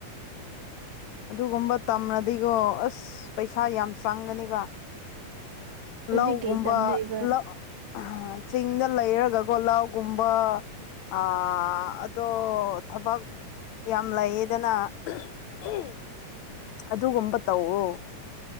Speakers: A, on the left (about 75°); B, on the right (about 65°).
A: ꯑꯗꯨꯒꯨꯝꯕ ꯇꯝꯔꯗꯤꯒꯣ ꯑꯁ ꯄꯩꯁꯥ ꯌꯥꯝ ꯆꯪꯒꯅꯦꯕ
B: ꯑꯗꯨꯏ
A: ꯂꯧꯒꯨꯝꯕ
B: ꯀꯩ ꯇꯝꯗꯣꯏꯕ
A: ꯂ ꯑꯍꯥ ꯆꯤꯡꯗ ꯂꯩꯔꯒꯀꯣ ꯂꯧꯒꯨꯝꯕ ꯑ ꯑꯗꯣ ꯊꯕꯛ ꯌꯥꯝ ꯂꯩꯌꯦꯗꯅ ꯎꯝ ꯑꯗꯨꯒꯨꯝꯕ ꯇꯧꯑꯣ